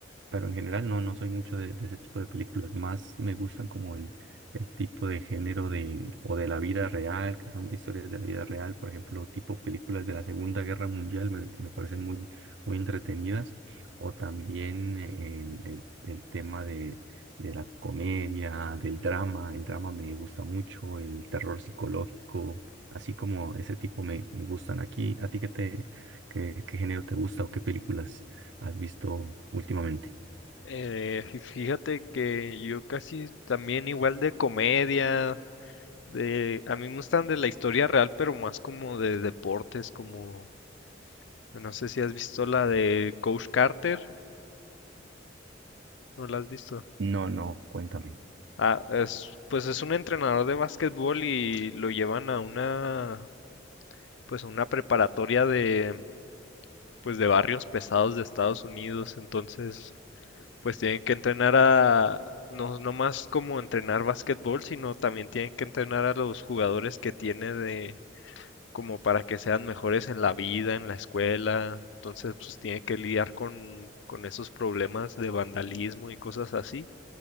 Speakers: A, on the right; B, on the left.
A: pero en general no, no soy mucho de, de ese tipo de películas, más me gustan como el, el tipo de género de, o de la vida real, que son de historias de la vida real, por ejemplo, tipo películas de la Segunda Guerra Mundial me, me parecen muy, muy entretenidas, o también eh, el, el tema de la comedia, del drama. El drama me gusta mucho, el terror psicológico, así como ese tipo me, me gustan aquí. ¿A ti qué te, qué, qué género te gusta o qué películas has visto últimamente?
B: Eh, fí- fíjate que yo casi también igual de comedia, de, a mí me gustan de la historia real, pero más como de deportes, como, no sé si has visto la de Coach Carter, ¿no la has visto?
A: No, no, cuéntame.
B: Ah, es, pues es un entrenador de básquetbol y lo llevan a una, pues a una preparatoria de, pues de barrios pesados de Estados Unidos. Entonces, pues tienen que entrenar a, no, no más como entrenar básquetbol, sino también tienen que entrenar a los jugadores que tiene de, como para que sean mejores en la vida, en la escuela. Entonces, pues tiene que lidiar con, con esos problemas de vandalismo y cosas así